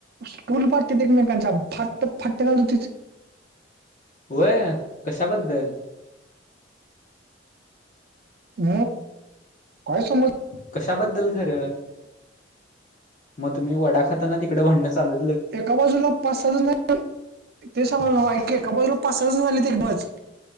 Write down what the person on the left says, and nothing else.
होय कशाबद्दल?
कशाबद्दल खरं, म तुम्ही वडा खाताना तिकडं भाडंन चालू